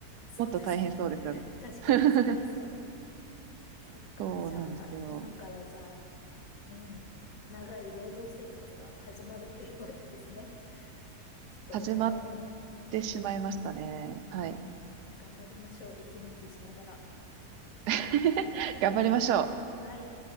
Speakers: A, on the left; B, on the right.
A: そうですよね。
B: もっと大変そうですよね。
A: 確かに、
B: <laughs>
A: それはそうだ。そっか、
B: そうなんですよ。
A: じゃあ、今からじゃあ、うん、長い労働生活が始まるというわけですね。ちょっとお互いに、
B: 始まってしまいましたね。
A: ね、うん、
B: はい。
A: 頑張りましょう。息抜きしながら。
B: <laughs>
A: <laughs>
B: 頑張りましょう。
A: はい。